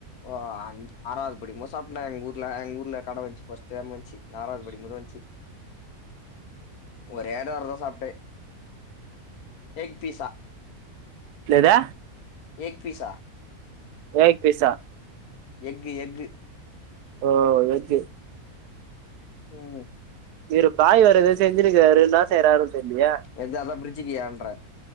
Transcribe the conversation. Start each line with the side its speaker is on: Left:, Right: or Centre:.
Left: ஆ அஞ் ஆறாவது படிக்கும்போச் சாப்ட்டனா எங்க ஊர்ல கட வெச்சு பஸ் டைம் வந்ச்சு நா ஆறாது படிக்கும் போது வந்ச்சு ஒரே ஒரு வரிதா சாப்ட்டே எக் பீஸா
Right: என்னத
Left: எக் பீஸா
Right: ஏக் பீஸா
Left: எக்கு எக்கு
Right: ஓ எக்கு
Left: ம்
Right: இரு பாய் வெற எதோ செஞ்சிருக்காரு என்னா செய்றாாருன் தெரிலயே
Left: எது அதா பிரிஜ்ஜிக்கு யான்ற